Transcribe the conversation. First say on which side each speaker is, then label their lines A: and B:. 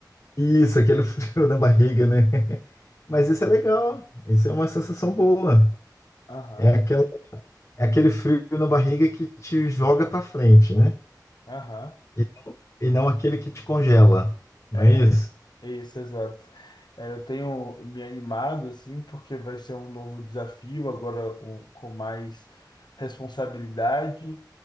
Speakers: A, on the left (about 40°); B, on the left (about 75°).
A: Isso, aquele <laughs> frio na barriga, né? Mas isso é legal, isso é uma sensação boa.
B: Aham.
A: É aquela, é aquele frio na barriga que te joga pra frente, né?
B: Aham.
A: E, e não aquele que te congela, não
B: É,
A: é isso?
B: é isso, exato. É, eu tenho me animado, assim, porque vai ser um novo desafio, agora o- com mais responsabilidade,